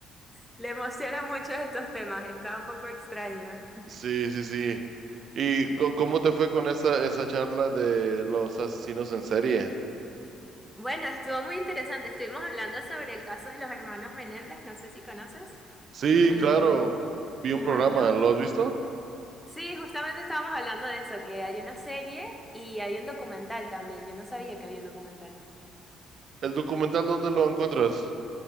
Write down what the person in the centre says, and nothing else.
Le emociona mucho estos temas, está un poco extraño.
Bueno, estuvo muy interesante. Estuvimos hablando sobre el caso de los hermanos Menéndez, no sé si conoces.
Em,
bueno,
sí, justamente estábamos hablando de eso, que hay una serie y hay un documental también. Yo no sabía que había un documental.